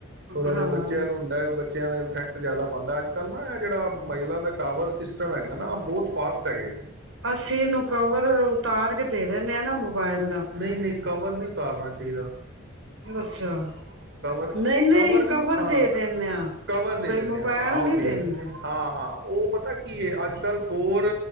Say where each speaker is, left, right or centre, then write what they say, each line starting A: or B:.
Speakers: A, on the right; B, on the right.
A: ਥੋੜਾ
B: ਹਾਂ
A: ਜਿਹਾ ਬੱਚਿਆਂ ਨੂੰ ਹੁੰਦਾ ਬੱਚਿਆਂ ਦਾ ਇਫੈਕਟ ਜ਼ਿਆਦਾ ਪਾਉਂਦਾ ਅੱਜ ਕੱਲ੍ਹ ਨਾ ਇਹ ਜਿਹੜਾ ਮੋਬਾਈਲਾਂ ਦਾ ਟਾਵਰ ਸਿਸਟਮ ਹੈਗਾ ਨਾ ਬਹੁਤ ਫਾਸਟ ਹੈਗੇ ਨੇ
B: ਅਸੀਂ ਇਹਨੂੰ ਕਵਰ ਉਤਾਰ ਕੇ ਦੇ ਦਿੰਨੇ ਹ ਨਾ ਮੋਬਾਇਲ ਦਾ
A: ਨਹੀਂ ਨਹੀਂ ਕਵਰ ਨਹੀਂ ਉਤਾਰਨਾ ਚਾਹੀਦਾ
B: ਅੱਛਾ
A: ਕਵਰ
B: ਨਹੀਂ ਨਹੀਂ
A: ਕਵਰ ਵੀ ਹਾਂ
B: ਦੇ ਦਿੰਦੇ ਆ
A: ਕਵਰ ਦੇ
B: ਬਈ
A: ਦਿੰਨਦੇ
B: ਮੋਬਾਇਲ
A: ਉਹ
B: ਨਹੀਂ
A: ਠੀਕ
B: ਦਿੰਦੇ
A: ਹੈ ਹਾਂ ਹਾਂ ਉਹ ਪਤਾ ਕੀ ਕੀ ਅੱਜ ਕੱਲ੍ਹ four